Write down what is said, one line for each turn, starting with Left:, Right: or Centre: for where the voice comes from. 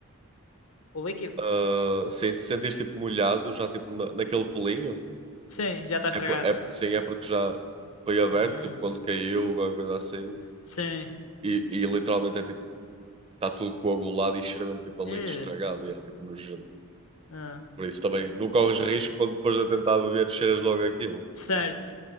Left: O líquido?
Right: ah, sim, se sentires tipo molhado já tipo na- naquele pelinho.
Left: Sim, já está estragado.
Right: É, por- é, sim, é porque já foi aberto,
Left: Hum.
Right: tipo, quando caiu, alguma coisa assim.
Left: Sim.
Right: E, e literalmente é tipo, está tudo coagulado e cheira mesmo tipo a
Left: Eh,
Right: leite estragado e é tipo nojento.
Left: ah,
Right: Por isso também não corres risco quando depois a tentar beber, cheiras logo aquilo,
Left: certo.